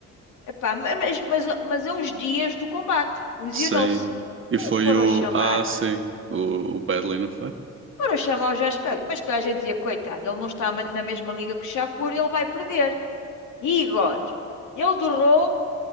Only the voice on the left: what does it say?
Epá, ma- mas, mas, mas a uns dias do combate, lesionou-se.
Quem
foram
chamar?
Foram chamar o Jorge Peele. Mas toda a gente dizia, coitado, ele não está ma- na mesma liga que o Shakur, ele vai perder. Igor, ele durou